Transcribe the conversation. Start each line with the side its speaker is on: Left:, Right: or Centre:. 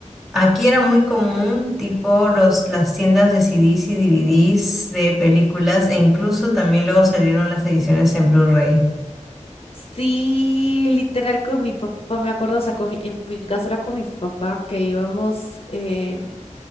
Centre: Aquí era muy común, tipo los, las tiendas de CDs y DVDs de películas, e incluso
Left: Y-
Centre: también luego salieron las ediciones en Blu-ray.
Left: Sí, literal con mi papá, me acuerdo, o sea, con mi- en mi caso era con mi papá que íbamos, em,